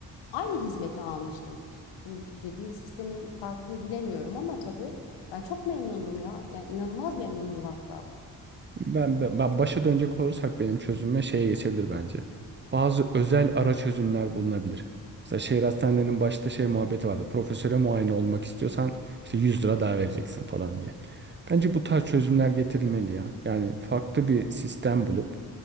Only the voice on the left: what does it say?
aynı hizmeti almıştım. Şimdi dediğin sistemin farkını bilemiyorum ama tabii ben çok memnundum ya. Yani inanılmaz memnundum hatta.